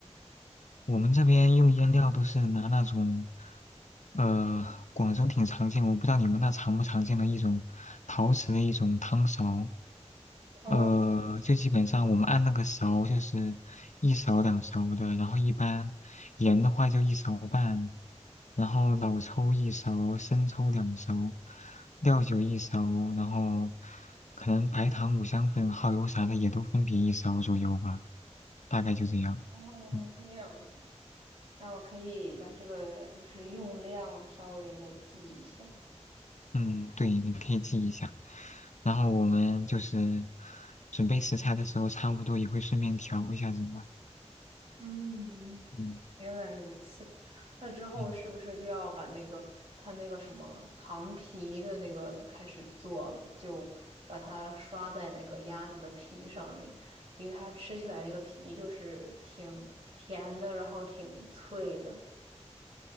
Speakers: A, on the left (about 80°); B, on the right (about 50°).
A: 我们这边用腌料都是拿那种，呃，广州挺常见，我不知道你们那常不常见的一种陶瓷的一种汤勺，
B: 哦
A: 呃，就基本上我们按那个勺就是一勺两勺的，然后一般盐的话就一勺半，然后老抽一勺，生抽两勺，料酒一勺，然后可能白糖、五香粉、耗油啥的也都分别一勺左右吧，大概就这样。
B: 哦，
A: 嗯
B: 这样子，那我可以把这个就是用量稍微的记一下。
A: 嗯，对，你可以记一下。然后我们就是准备食材的时候，差不多也会顺便调一下什么。
B: 嗯，
A: 嗯
B: 原来如此。那之后是不是就要把那个它那个什么糖皮的那个开始做了？
A: 嗯，
B: 就把它刷在那个鸭子的皮上面，因为它吃起来那个皮就是挺甜的，然后挺脆的。